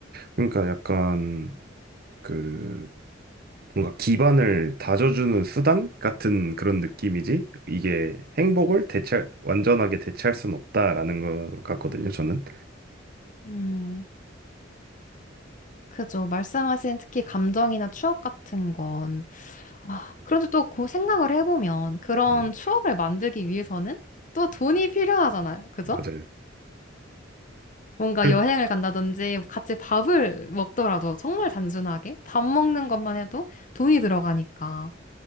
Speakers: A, on the right (about 55°); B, on the left (about 45°).
A: 그러니까 약간 그 뭔가 기반을 다져주는 수단 같은 그런 느낌이지 이게 행복을 대체 완전하게 대체할 수는 없다라는 것 같거든요. 저는.
B: 음, 그죠. 말씀하신 특히 감정이나 추억 같은 건. 그런데 또 그 생각을 해보면 그런
A: 음,
B: 추억을 만들기 위해서는 또 돈이 필요하잖아요. 그죠?
A: 맞아요.
B: 뭔가
A: 그래.
B: 여행을 간다든지 같이 밥을 먹더라도 정말 단순하게 밥 먹는 것만 해도 돈이 들어가니까.